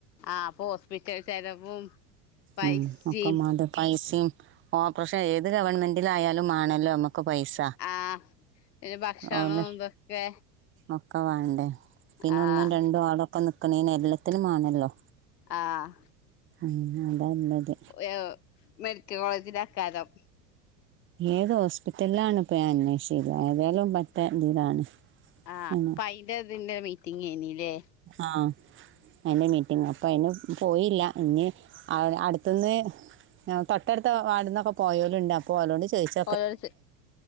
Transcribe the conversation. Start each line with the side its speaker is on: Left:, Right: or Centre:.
Left: ആഹ് അപ്പൊ ഹോസ്പിറ്റൽ ചെലവും പൈസിം
Right: ഉം ഒക്കമാണ്ടെ പൈസിം ഓപ്പറഷൻ ഏത് ഗവൺമെന്റിൽ ആയാലും വാണല്ലോ നമ്മുക്ക് പൈസ
Left: ആഹ് പിന്നെ ഭക്ഷണോം
Right: ഓല്
Left: ഇതൊക്കെ
Right: ഒക്കെ വാണ്ടേ പിന്ന
Left: ആഹ്
Right: ഒന്നും രണ്ടും ആളൊക്കെ നിക്കണീന്നും എല്ലത്തിനും വാണല്ലോ
Left: ആഹ്
Right: ആഹ് ന്നാ അതാ നല്ലത്
Left: ഏ മെഡിക്കൽ കോളേജിലാക്കാരം
Right: ഏത് ഹോസ്പിറ്റലിലാണ് പ്പൊ ഞാൻ അന്വേഷിച്ചില്ല ഏതായാലും പറ്റെ ഇതിലാണ്.
Left: ആഹ്
Right: ആണ്
Left: അപ്പ അയ്ന്റെതിന്റെ മീറ്റിംങ്ങായ്നില്ലേ
Right: ആഹ് അയ്ന്റെ മീറ്റിംഗാ അപ്പൊ അയ്ന് പോയീല്ല ഇനി അ അടുത്ത്ന്ന് അ തൊട്ടടുത്ത വാർഡ്ന്നൊക്കെ പോയോല് ഇണ്ട് അപ്പൊ ഓലോട് ചോയ്ച്ചു
Left: <unintelligible>